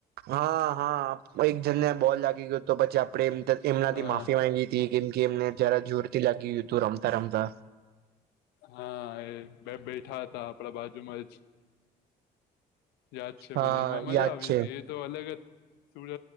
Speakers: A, on the right; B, on the left.
A: હા હા એક જણ ને બોલ લાગી ગયો તો પછી આપડે એમ એમનાથી
B: હા
A: માફી માંગી હતી કેમ કે એમને જરા જોરથી લાગી ગયું હતું રમતા રમતા
B: હા એ બે બેઠા હતા આપડા બાજુમાં જ યાદ છે
A: હા
B: મને મજા
A: યાદ
B: આવી
A: છે
B: હતી એ તો અલગ જ સુરજ